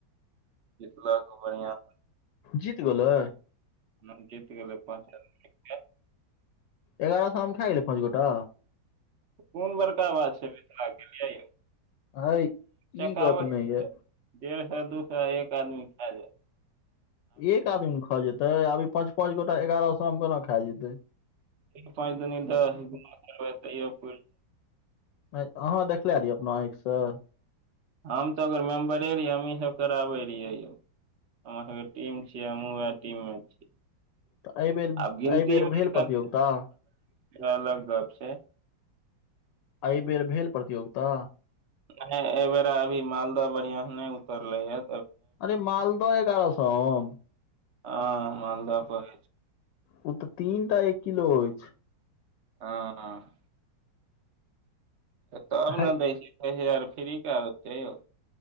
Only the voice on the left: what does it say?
जीत गेलै
एगारह साए मे खा गेलै पाँच गोटा
हय
ई गप नहि ये
एक आदमी ने खा जेतै आब ई पांच पांच गोटा एगारह सौ मे केना खा जतै
नहि आहाँ देखले रहियै अपना आँख सँ
तऽ एहि बेर
एहिबेर
भेल प्रतियोगिता
एहिबेर भेल प्रतियोगिता
अरे मालदह एगारह स‌ए आम
ओ तऽ तीन टा एक किलो अछि
हय